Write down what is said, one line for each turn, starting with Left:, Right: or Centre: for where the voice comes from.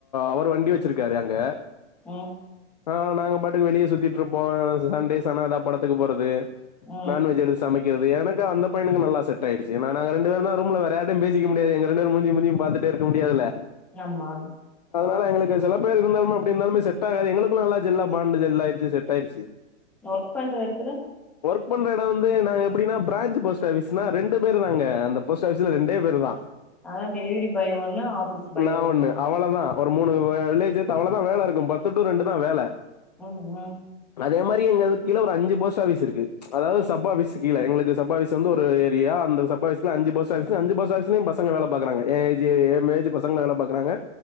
Left: அவர் வண்டி வச்சிருக்காரு அங்க.
Centre: உம்
Left: ஆஹ் நாங்க பாட்டுக்கு வெளியே சுத் திட்டு இருப்போ சண்டேஸ் ஆனா ஏதா படத்துக்கு போறது
Centre: ம்
Left: நான் வெஜ் எடுத்து சமைக். கிறது எனக்கு அந்த பையனுக்கு நல்லா செட் ஆயிடுச்சு என்னனா நாங்க ரெண்டு பேருந்தா ரூம்ல வேற யார்டயு பேசிக்க முடியாது எங்க ரெண்டு பேரு மூஞ்சியு மூஞ்சியு பாத்துட்டே இருக்க முடியாதுல்ல.
Centre: ஆமா.
Left: அதனால எங்களுக்கு சில பேர் இருந்தாலுமே அப்டி இருந்தாலுமே செட் ஆகாது எங்களுக்குள்ள நல்லா ஜெல்லா பாண்டு ஜெல்லாயிடுச். சு செட் ஆயிடுச்சு
Centre: ஒர்க் பண்ற எடத்துல
Left: ஒர்க் பண்ற எடோ வந்து நாங்க எப்டினா பிரான்ஞ்சு போஸ்ட் ஆபிஸ் நா ரெண்டு பேரு தாங்க அந்த போஸ்ட் ஆபீஸ்ல ரெண்டே பேருதா
Centre: அதா டெலிவிரி பாய் ஒன்னு ஆஃபீஸ் பாய்
Left: நான்
Centre: ஒன்னுங்ளா
Left: ஒண்ணு அவ்வளவுதான் ஒரு மூணு வில்லேஜ் அவ்ளதா வேலருக்கு பத்து டூ ரெண்டு தா வேல
Centre: ஓ ஓ
Left: அதே மாரி எங்களுக் கீழ ஒரு அஞ்சு போஸ்ட் ஆபீஸ் இருக்கு அதாவது
Centre: ம்
Left: சப் ஆபிஸ் கீழ எங்ளுக்கு சப் ஆபிஸ் வந்து ஒரு ஏரியா அந்த சப் ஆபிஸ்குல ஒரு அஞ்சு போஸ்ட் ஆபிஸ் அஞ்சு போஸ்ட் ஆபிஸ்லியு பசங்க வேல பாக்றாங்க ஏ ஏஜ் ஏ மேஜு பசங்கலா வேல பாக்கறாங்க